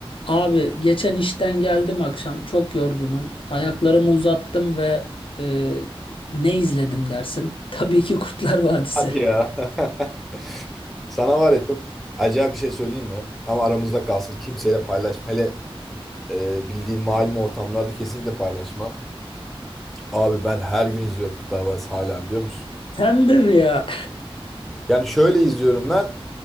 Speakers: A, on the left; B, in the centre.
A: Abi geçen işten geldim akşam çok yorgunum. Ayaklarımı uzattım ve e, ne izledim dersin? <laughs> Tabii ki Kurtlar Vadisi.
B: Hadi ya. <laughs> Sana var ya çok acayip bir şey söyleyeyim mi? Ama aramızda kalsın. Kimseyle paylaşma. Hele e, bildiğin malum ortamlarda kesinlikle paylaşma. Abi ben her gün izliyorum Kurtlar Vadisi hala biliyor musun?
A: <laughs> Sen de mi ya?
B: Yani şöyle izliyorum ben.